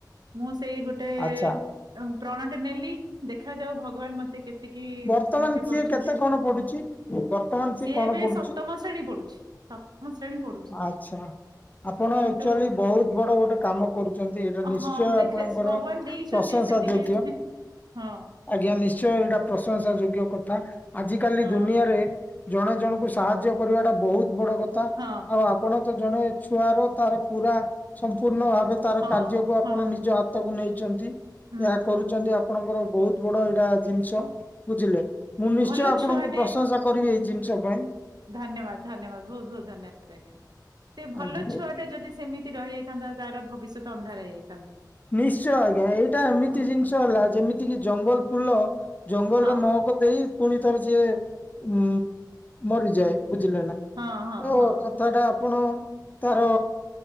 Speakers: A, on the right (about 70°); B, on the left (about 25°).
A: ମୁଁ ସେଇ ଗୋଟେ
B: ଆଚ୍ଛା
A: ଗୋଟେ ପ୍ରଣଟେ ନେଲି ଦେଖାଯାଉ ଭଗବାନ ମତେ କେତିକି
B: ବର୍ତ୍ତମାନ
A: ସାହାଯ୍ୟ
B: ସିଏ
A: କରୁଛନ୍ତି।
B: କେତେ ପଡୁଛି। ବର୍ତ୍ତମାନ।
A: ସିଏ
B: କଣ
A: ଏବେ
B: ପଡୁଛି
A: ସପ୍ତମ ଶ୍ରେଣୀ ପଢୁଛି ସପ୍ତମ ଶ୍ରେଣୀ ପଢୁଛି ସେ
B: ଆଚ୍ଛା ଆପଣ
A: କିନ୍ତୁ
B: ଆକଚୁଆଲି ବହୁତ ବଡ ଗୋଟେ କାମ କରୁଛନ୍ତି ଏଇଟା ନିଶ୍ଚୟ
A: ହଁ ଦେଖେ
B: ଆପଣଙ୍କର
A: ଭଗବାନ ଦେଇଛନ୍ତି
B: ପ୍ରଶଂସା
A: ସେତିକି
B: ଯୋଗ୍ୟ।
A: ହଁ।
B: ଆଜ୍ଞା ନିଶ୍ଚୟ ଏଇଟା ପ୍ରଶଂସା ଯୋଗ୍ୟ କଥା ଆଜି କାଲି
A: ହଁ
B: ଦୁନିଆରେ ଜଣେ ଜଣଙ୍କୁ ସାହାଯ୍ୟ କରିବାଟା ବହୁତ ବଡ କଥା।
A: ହଁ
B: ଆଉ ଆପଣ ତ ଜଣେ ଛୁଆର ତାର ପୁରା ସମ୍ପୂର୍ଣ୍ଣ ଭାବେ ତାର
A: ହଁ
B: କାର୍ଯ୍ୟକୁ ଆପଣ
A: ହଁ
B: ନିଜ କୁ ନେଇଛନ୍ତି
A: ହୁଁ
B: ଏହା
A: ହୁଁ
B: କରୁଛନ୍ତି
A: ହୁଁ
B: ଆପଣଙ୍କର ବହୁତ ବଡ ଏଇଟା ଜିନିଷ ବୁଝିଲେ ମୁଁ ନିଶ୍ଚୟ
A: ଭଲ
B: ଆପଣଙ୍କୁ
A: ଛୁଆଟେ
B: ପ୍ରଶଂସା କରିବି ଏଇ ଜିନିଷ ପାଇଁ।
A: ଧନ୍ୟବାଦ ଧନ୍ୟବାଦ ବହୁତ ବହୁତ ଧନ୍ୟବାଦ ଆଜ୍ଞା। ସେ ଭଲ
B: ଆଜ୍ଞା।
A: ଛୁଆଟା ଯଦି ସେମିତି ରହିଯାଇଥାନ୍ତା ତାର ଭବିଷ୍ୟତ ଅନ୍ଧାର ହେଇଯାଇ
B: ନିଶ୍ଚୟ ଆଜ୍ଞା ଏଇଟା ଏମିତି
A: ହଁ
B: ଜିନିଷ ହେଲା ଯେମିତି କିି ଜଙ୍ଗଲ ଫୁଲ ଜଙ୍ଗଲର
A: ହଁ
B: ମହକ ଦେଇ ପୁଣି ଥର ସିଏ ଉଁ ମରିଯାଏ ବୁଝିଲେନା
A: ହଁ ହଁ
B: ଓ
A: ହଁ
B: କ ଥାଟା ଆପଣ ତାର